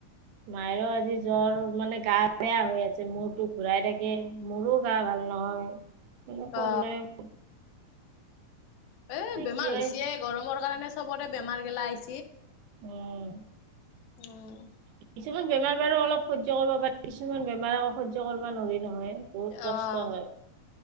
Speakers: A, on the right; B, on the left.
A: মাইৰোও আজি জ্বৰ। মানে গা বেয়া হৈ আছে। মূৰটো ঘুৰাই থাকে। মোৰো গা ভাল নহয়। হলে প্ৰব্লেম।
B: অ এ বেমাৰ
A: কি হয়
B: হৈছে এ। গৰমৰ কাৰণে চবৰে বেমাৰ গেলা আহছে।
A: উম।
B: উম
A: কিছুমান বেমাৰ বাৰু অলপ সহ্য কৰিব পাৰি। কিছুমান বেমাৰ আকৌ সহ্য কৰিব নোৱাৰি নহয়। বহুত কষ্ট
B: অহ।
A: হয়